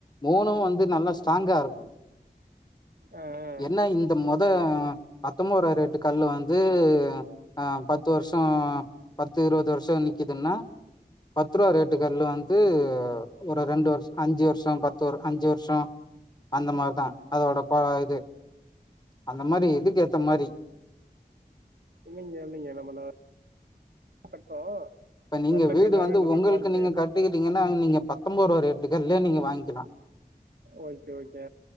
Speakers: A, on the left; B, on the right.
A: மூணு வந்து நல்லா ஸ்ட்ராங்கா இருக்கு
B: ஆ ஆ
A: என்னா இந்த மொத பத்தொம்பதுருவா ரேட்டு கல்லு வந்து ஆ பத்து வருஷோ பத்து இருவது வருஷோ நிக்கிதுன்னா பத்து ரூவா ரேட்டு கல்லு வந்து ஒரு ரெண்டு வருஷோ அஞ்சு வருஷோ பத்து வரு அஞ்சு வருஷோ அந்த மாரி அதா அதோட பொ இது அந்த மாரி இதுக்கேத்த மாரி
B: இல்லங்க இல்லங்க நம்ம நா கட்றோ
A: இப்ப நீங்க
B: நல்ல
A: வீடு
B: கல்லாவே
A: வந்து
B: நல்ல
A: உங்களுக்கு
B: குவாலிட்டி
A: நீங்க கட்டுக்கிறிங்கன்னா நீங்க பத்தொம்பதுருவா ரேட்டுக் கல்லே நீங்க வாங்கிக்கலா
B: ஓகே ஓகே